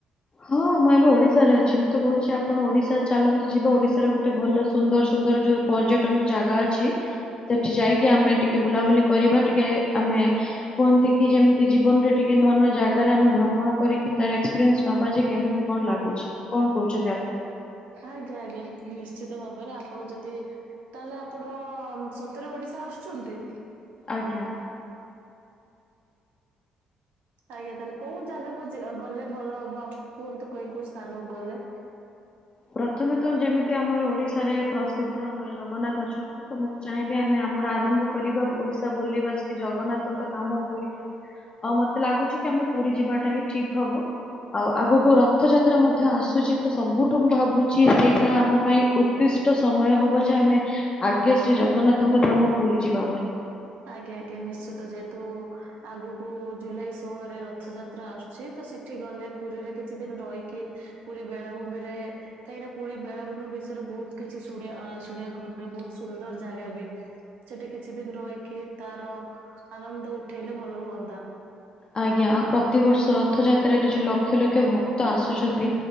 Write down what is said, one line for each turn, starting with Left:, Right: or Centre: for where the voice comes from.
Left: ହଁ ମୁଁ ଏବେ ଓଡ଼ିଶାରେ ଅଛି। ମୁଁ ତ କହୁଛି ଆପଣ ଓଡ଼ିଶା ଚାଲନ୍ତୁ ଯିବା ଓଡ଼ିଶାରେ ଗୋଟେ ଭଲ ସୁନ୍ଦର ସୁନ୍ଦର ଯୋଉ ପର୍ଯ୍ୟଟନ ଜାଗା ଅଛି ସେଠି ଯାଇକି ଆମେ ଟିକେ ବୁଲାବୁଲି କରିବା। ଟିକେ ଆମେ କୁହନ୍ତି କି ଯେମିତି ଜୀବନରେ ଟିକେ ନୂଆ ନୂଆ ଜାଗାରେ ଆମେ ଭ୍ରମଣ କରିକି ତାର ଏକ୍ସପିରିଏନ୍ସ ନବା ଯେ କେମିତି କଣ ଲାଗୁଛି? କଣ କହୁଛନ୍ତି ଆପଣ?
Right: ଆଜ୍ଞା ଆଜ୍ଞା ନିଶ୍ଚିତ ଭାବରେ ଆପଣ ଯଦି ତାହେଲେ ଆପଣ ସତରେ ଓଡିଶା ଆସୁଛନ୍ତି।
Left: ଆଜ୍ଞା।
Right: ଆଜ୍ଞା ତାହେଲେ କୋଉ ଜାଗାକୁ ଯେ ଗଲେ ଭଲ ହବ ଆପ୍ କୁହନ୍ତୁ କଉଁ କୋଉ ସ୍ଥାନକୁ ଗଲେ?
Left: ପ୍ରଥମେ ତ ଯେମିତି ଆମର ଓଡ଼ିଶାରେ ପ୍ରସିଦ୍ଧ ଆମର ଜଗନ୍ନାଥ ଅଛନ୍। ତ ମୁଁ ତ ଚାହିଁବି ଆମେ ଆମର ଆରମ୍ଭ କରିବା ଓଡ଼ିଶା ବୁଲିବା ଶ୍ରୀ ଜଗନ୍ନାଥଙ୍କ ତମ ପୁରୀ ଠାରୁ। ଆଉ ମତେ ଲାଗୁଚି କି ଆମେ ପୁରୀ ଯିବାଟା ହିଁ ଠିକ୍ ହବ। ଆଉ ଆଗକୁ ରଥଯାତ୍ରା ମଧ୍ୟ ଆସୁଚି ତ ସବୁ ଠୁକୁ ଭାବୁଚି ସେଇଟା ଆମ ପାଇଁ ଉଦ୍ଦିଷ୍ଟ ସମୟ ହବ ଯେ ଆମେ ଆଗେ ଶ୍ରୀ ଜଗନ୍ନାଥଙ୍କ ଧାମ ପୁରୀ ଯିବା ବୋଲି।
Right: ଆଜ୍ଞା ଆଜ୍ଞା ନିଶ୍ଚିତ ଯେହେତୁ ଆଗକୁ ଜୁଲାଇ ଷୋହଳରେ ର ଥଯାତ୍ରା ଆସୁଛି ତ ସେଠି ଗଲେ ପୁରୀରେ କିଛି ଦିନ ରହିକି ପୁରୀ ବେଳାଭୂମିରେ କାହିଁକି ନା ପୁରୀ ବେଳାଭୂମି ବିଷୟରେ ବୋହୁତ କିଛି ଶୁଣେ ଆ ଶୁଣିବାକୁ ମିଳେ ବୋହୁତ ସୁନ୍ଦର ଜାଗା ବି। ସେଠି କିଛି ଦିନ ରହିକି ତାର ଆନନ୍ଦ ଉଠେଇଲେ ଭଲ ହୁଅନ୍ତା।
Left: ଆଜ୍ଞା ଆଉ ପ୍ରତିବର୍ଷ ର ଥଯାତ୍ରାରେ ଯୋଉ ଲକ୍ଷ ଲକ୍ଷ ଭକ୍ତ ଆସୁଛନ୍ତି